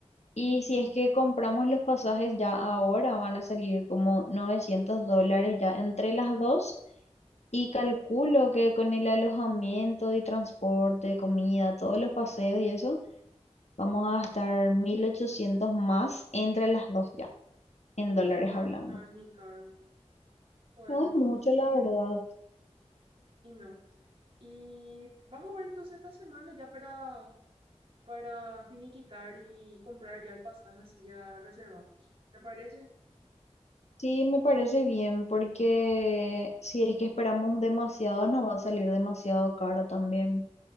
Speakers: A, on the left; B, on the right.
A: Y si es que compramos los pasajes ya ahora, van a salir como 900 dólares ya entre las dos. Y calculo que con el alojamiento y transporte, comida, todos los paseos y eso, vamos a gastar 1.800 más entre las dos ya,
B: espectacular,
A: en dólares hablando.
B: no es ni caro, podemos,
A: No es mucho, la verdad.
B: y no. Y vamos a ver entonces esta semana ya para, para finiquitar y comprar ya el pasaje, así ya reservamos. ¿Te parece?
A: Sí, me parece bien, porque si es que esperamos demasiado, nos va a salir demasiado caro también.